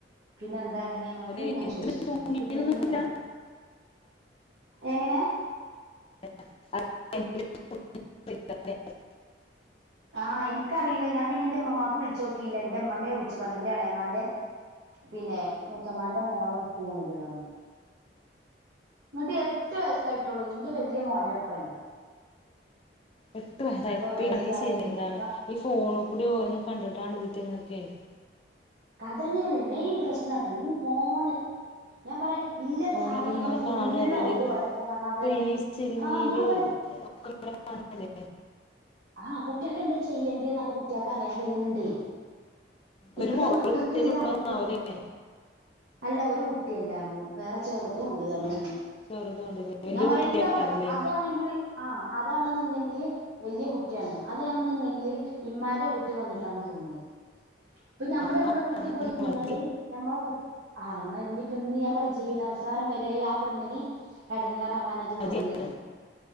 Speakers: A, on the right (about 80°); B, on the left (about 30°).
A: പിന്നെ എന്താ എങ്ങനെന്നൊന്നും
B: അല്ലെ
A: ഞാൻ ചോദിച്ചിട്ടില്ല എനിക്ക്
B: എഴുതാനൊന്നുമില്ല
A: പേടിയാ എങ്ങനേ
B: <unintelligible>
A: ആഹ് എൻക്ക് അറീല ഞാൻ പിന്നെ എന്റെ ഇമ്മമാക്ക് വിള്ച്ച് നോക്കിയില്ല എന്റെ ഇമ്മമ്മേ വിള്ച്ച് പറഞ്ഞത് എന്റെ എളാമാന്റെ- പിന്നെ മുത്തമാന്റെ മോളെ കുട്ടിയാണ് ഇത്‌ പറഞ്ഞു ഇങ്ങട്ട് എട്ട് വയസ്സായിട്ടൊള്ളൂ ഇന്റെ വല്യ മോന്റെ ഒപ്പമല്ല
B: എട്ട്യ വയസ്സായിഈ
A: വയസ്സായ
B: <unintelligible> സീരി
A: കുട്ടി
B: എന്താണ് ഈ ഫോൺ കൂടി ഓരോന്ന് കണ്ടിട്ടാണ് ഇതിറ്റി - ക്കെ <unintelligible>
A: അത് തന്നെയാണ് മെയിൻ പ്രശ്നം അതാണ് ഈ ഫോണ് ഞാൻ പറയാ ഇല്ല
B: ഫോണിൽ
A: സാധനങ്ങൾ
B: ഇങ്ങനെ
A: ഫുള്ള്
B: കാണുവല്ലേ
A: അയില്
B: തായി <unintelligible> ക്കും
A: ഒലക്ക പറഞ്ഞ
B: ഇപ്പം
A: അതെ
B: ഈ സിനിമേല്
A: ആഹ് ഞാൻ പറയാ
B: ഒക്കെ- കാണല്ലേ
A: ആ കുട്ടികൾക്ക് എന്താ ചെയ്യണ്ടിയേന്ന് അപ്പൊ കുട്ടിയാൾക്കറിയാൻ കഴിണ്ണ്ണ്ടേ ഇപ്പത്തെ
B: ഒരു മോ
A: മക്കൾക്ക്
B: ഒരു കുട്ടീനെ
A: ഇല്യ
B: ഉള്ളൂ
A: അവസ്ഥയാണ്
B: ആവൂലേ
A: അല്ല ഒരു കുട്ടിയല്ലാ ർന്നു വേറെ ചെർതും <unintelligible> ണ്ട്റഞ്ഞു
B: ആ ചെറുതുണ്ട് വല്യ
A: ഞാൻ പറയാ
B: കുട്ടിയേക്കാരല്ലേ
A: എന്താപ്പ അതാണെങ്കിൽ ആഹ് അത് അതാണെന്ന് ഉണ്ടെങ്കില് വല്ലിയ കുട്ടിയാണ് അതാണെന്നുണ്ടെങ്കിൽ ഇമ്മാന്റെ വീട്ടി വന്നിക്കാ ട്ടാണ് തോന്നിയത് ഇപ്പ ഞമ്മള്
B: ആ
A: ഞമ്മളെ വീട്ടില് പോയി നിന്നാണ്ട്
B: മതി
A: നമ്മളെ കു- ആഹ് എന്നാ ഇഞിയിപ്പൊ ഇന്ന് ഞാൻ പറയാ ജീവിതവസാനം വരെ ആ പെണ്ണിന് എട- എടങ്ങേറവാൻത് മതിയാരി
B: ഞങ്ങളെ